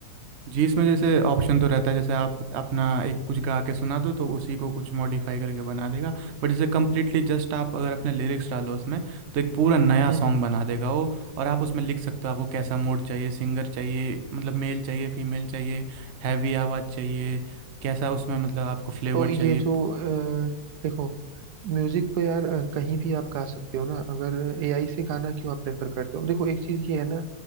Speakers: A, on the right; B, on the right.
A: जी इसमें जैसे ऑप्शन तो रहता है जैसे आप अपना एक कुछ गा के सुना दो तो उसी को कुछ मॉडिफाई करके बना देगा बट जैसे कम्प्लीटली जस्ट आप अगर अपने लिरिक्स डालो उसमें तो एक पूरा नया
B: हम्म
A: सॉन्ग बना देगा वो और आप उसमें लिख सकते हो आपको कैसा मूड चाहिए सिंगर चाहिए मतलब मेल चाहिए फीमेल चाहिए हैवी आवाज़ चाहिए कैसा उसमें मतलब आपको फ्लेवर
B: तो ये
A: चाहिए
B: जो अ, देखो म्यूजिक तो यार अ, कहीं भी आप गा सकते हो ना अगर एआई से गाना क्यों आप प्रेफर करते हो देखो एक चीज ये है ना